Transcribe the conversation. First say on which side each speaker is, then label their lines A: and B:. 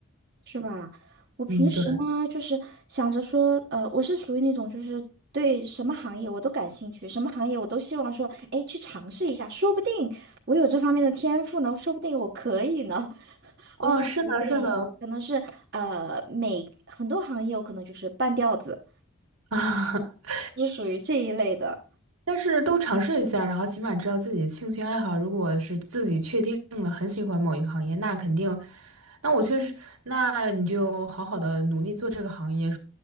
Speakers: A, on the right; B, on the right.
A: 是吧？我平时呢，
B: 嗯，对。
A: 就是想着说，呃，我是属于那种就是对什么行业我都感兴趣，什么行业我都希望说，哎，去尝试一下，说不定我有这方面的天赋呢，说不定我可以呢。
B: 哦，
A: 我是属于这种，
B: 是的，是的。
A: 可能是呃，每很多行业我可能就是半吊子，
B: <laughs>
A: 是属于这一类的。
B: 但是都尝试一下，然后起码知道自己的兴趣爱好。如果是自己确定了很喜欢某一个行业，那肯定，那我确实，那你就好好的努力做这个行业，